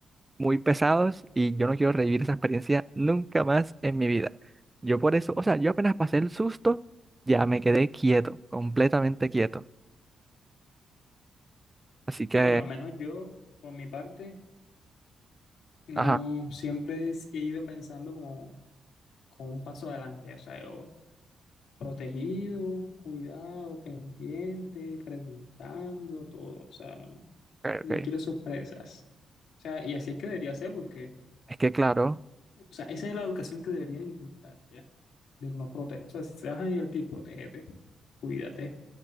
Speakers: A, on the right; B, on the left.
A: muy pesados y yo no quiero revivir esa experiencia nunca más en mi vida. Yo por eso, o sea, yo apenas pasé el susto, ya me quedé quieto, completamente quieto. Así que,
B: No, pero al menos yo, por mi parte, No,
A: ajá,
B: siempre es- he ido pensando como, como un paso adelante, o sea, yo protegido, cuidado, pendiente, preguntando, todo, o sea, no,
A: ok, ok.
B: no quiero sorpresas. O sea, y así es que debería ser porque,
A: Es que claro,
B: o sea, esa es la educación que deberían inculcar, ¿ya? De uno proteger, o sea, si te vas a divertir, protégete, cuídate,